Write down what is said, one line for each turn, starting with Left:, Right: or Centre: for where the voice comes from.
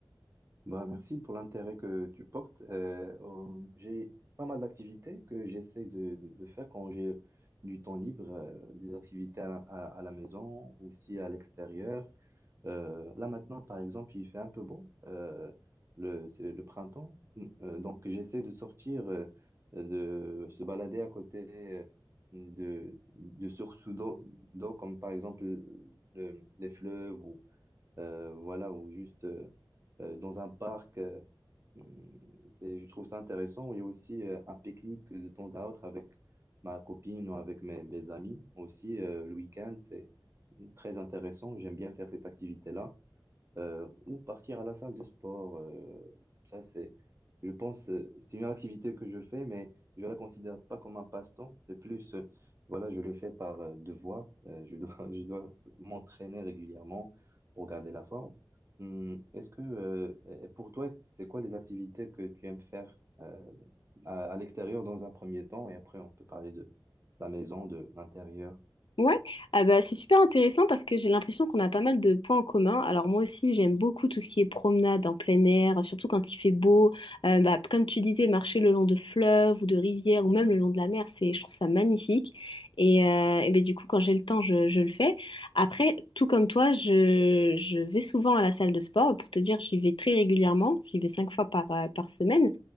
Right: Bah, merci pour l'intérêt que tu portes. Euh, euh, j'ai pas mal d'activités que j'essaie de, de- de faire quand j'ai du temps libre, euh, des activités à la, à- à la maison, aussi à l'extérieur. Euh, là maintenant, par exemple, il fait un peu beau, euh, le, c'est le printemps, Hum, Euh, donc j'essaie de sortir, euh, de se balader à côté euh, de, de sources d'eau, d'eau, comme par exemple le- les fleuves euh, voilà, ou juste euh, euh, dans un parc. euh, hum, c'est, je trouve ça intéressant. Il y a aussi euh, un pique-nique de temps à autre avec ma copine ou avec mes, mes amis aussi. euh, le week-end, c'est très intéressant. J'aime bien faire cette activité-là euh, ou partir à la salle de sport. euh, ça, c'est, je pense, euh, c'est une activité que je fais, mais je la considère pas comme un passe-temps. C'est plus, euh, voilà, je le fais par euh, devoir. Euh, je dois, <laughs> je dois m'entraîner régulièrement pour garder la forme. Hum, est-ce que, euh, et pour toi, c'est quoi les activités que tu aimes faire euh, à, à l'extérieur dans un premier temps, et après on peut parler de la maison, de l'intérieur.
Left: Ouais, ah bah, c'est super intéressant parce que j'ai l'impression qu'on a pas mal de points en commun. Alors moi aussi, j'aime beaucoup tout ce qui est promenade en plein air, surtout quand il fait beau. Euh, bah, comme tu disais, marcher le long de fleuves ou de rivières ou même le long de la mer, c'est, je trouve ça magnifique. Et, euh, et ben, du coup, quand j'ai le temps, je, je le fais. Après, tout comme toi, je, je vais souvent à la salle de sport. Pour te dire, j'y vais très régulièrement. J'y vais cinq fois par, euh, par semaine.